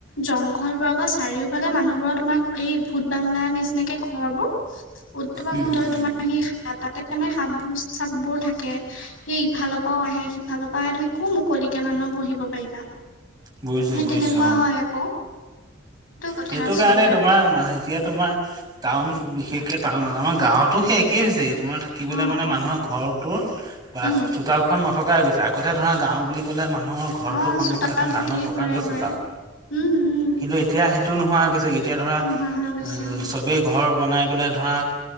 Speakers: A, on the left; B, on the right.
A: জংঘল বোৰ আকৌ চাৰিওফালে মানুহবোৰৰ তোমাৰ এই ভূত বাংলা নিচিনাকে ঘৰবোৰ, <inaudible> তোমাৰ
B: উম উম উম
A: সেই তাতে মানে সাপবোৰ চাপবোৰ থাকে। সেই ইফালৰ পৰাও আহে সিফালৰ পৰা আহে তুমি ক মুকলিকে মানুহৰ বহিব পাৰিবা।
B: বুজিছো
A: সেই
B: বুজিছো
A: তেনেকুৱা
B: অ
A: হয় আকৌ। কথা
B: সেইটো
A: আচলতে
B: কাৰণে তোমাৰ এতিয়া তোমাৰ টাউন বিশেষকে টাউনত আমাৰ গাঁৱত তো সেই একেই হৈছে তোমাৰ থাকিবলৈ
A: অ
B: মানে
A: অ
B: মানুহৰ ঘৰটোৰ, বা
A: উম
B: চোতালখন নথকাই গৈছে আগতে ধৰা গাও বুলি ক'লে মানুহৰ ঘৰটোৰ
A: অ
B: সন্মুখত
A: চোতাল
B: এখন
A: থাকেই
B: ডাঙৰ প্ৰকাান্ত
A: ঘৰে
B: চোতাল।
A: ঘৰে উম উম
B: কিন্তু এতিয়া নোহোৱা হৈ গৈছে। এতিয়া ধৰা
A: নোহোৱা হৈ
B: অ,
A: গৈছে
B: চবেই ঘৰ বনাই পেলাই ধৰা